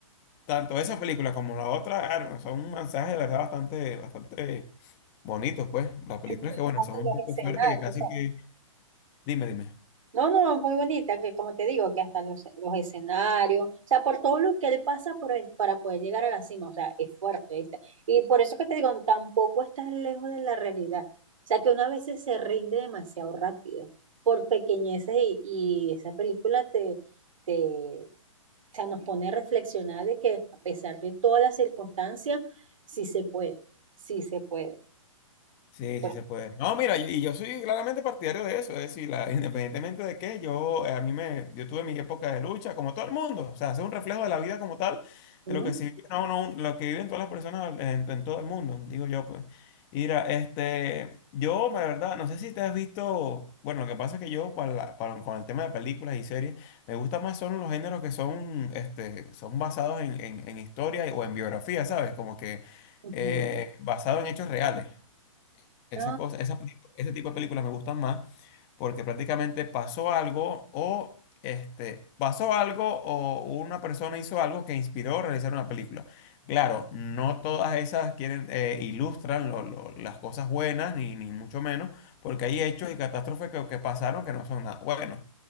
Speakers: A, on the left; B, on the right.
A: tanto esa película como la otra, ah, no, son un mensaje de verdad bastante, bastante bonitos, pues. Las películas
B: en-
A: que, bueno,
B: hasta
A: son un
B: los
A: poco
B: escenarios,
A: fuertes, que casi
B: o sea,
A: que Dime, dime.
B: no, no, muy bonita, que como te digo, que hasta los, los escenarios, o sea, por todo lo que él pasa por el- para poder llegar a la cima, o sea, es fuerte, ¿viste? Y por eso que te digo, tampoco estás lejos de la realidad, o sea, que una veces se rinde demasiado rápido, por pequeñeces y, y esa película te, te, o sea, nos pone a reflexionar de que a pesar de todas las circunstancias, sí se puede, sí se puede.
A: Sí,
B: Por-
A: sí se puede. No, mira, yo- y yo soy claramente partidario de eso, es decir, la- <laughs> independientemente de qué, yo eh, a mí me, yo tuve mi época de lucha, como todo el mundo, o sea, es un reflejo de la vida como tal,
B: ¿Mm?
A: de lo que sí, no, no, lo que viven todas las personas en, en todo el mundo, digo yo, pues. Mira, este, yo, la verdad, no sé si te has visto, bueno, lo que pasa es que yo, para la- para- con el tema de películas y series, me gusta más son los géneros que son, este, son basados en, en, en historia o en biografía, ¿sabes? Como que
B: Ujú.
A: eh, basado en hechos reales. Esa
B: No,
A: cosa, esa película- ese tipo de películas me gustan más porque prácticamente pasó algo o este, pasó algo o una persona hizo algo que inspiró a realizar una película. Claro, no todas esas quieren eh, ilustran lo- lo- las cosas buenas ni, ni mucho menos porque hay hechos y catástrofes que, que pasaron que no son nada buenos.